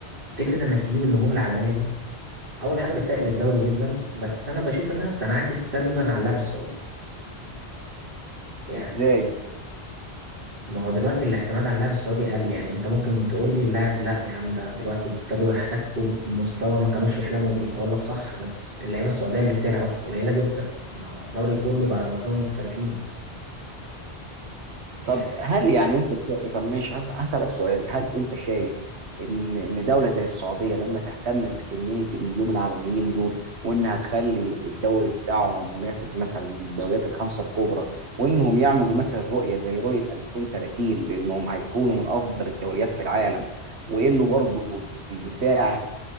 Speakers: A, on the right; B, on the right.
A: إنك تجيب النجوم العالمية دي أول حاجة بتقل الدوري جدا بس أنا بشوف إنها بتنعكس سلبا على اللاعب السعودي يعني
B: ازاي
A: ما هو دلوقتي الاعتماد على اللاعب السعودي قل يعني أنت ممكن تقول لي اللاعب لا يا عم ده دلوقتي ابتدوا يحتكوا بمستوى ما كانوش يحلموا بيه أقول لك صح بس اللعيبة السعودية اللي بتلعب قليلة جدا ما هو الدوري كله بقى معظمهم محترفين يعني
B: طب هل يعني انت شا- طب ماشي هس- هسألك سؤال هل انت شايف ان ان دولة زي السعودية لما تهتم بكمية النجوم العالميين دول وانها تخلي الدوري بتاعهم منافس مثلا للدوريات الخمسة الكبرى وانهم يعملوا مثلا رؤية زي رؤية 2030 بانهم هيكونوا من افضل الدوريات في العالم وانه برضه بيساعد